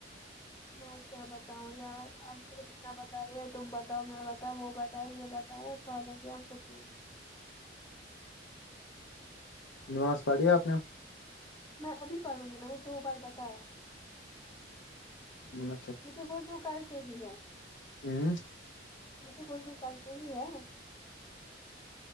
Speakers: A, on the left; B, on the left.
A: میں کیا بتاؤں یار آپ صرف اتنا بتا رہے ہیں تم بتاؤ میں بتاؤ وہ بتائے یے بتاے <unintelligible>
B: نماز پڑھی ہے آپ نے
A: میں ابھی پڑھوں گی میں نے دو بار بتایا
B: میں
A: مجھے وزو کر کے ہی ہے
B: ہوں
A: مجھے وزو کر کے ہی ہے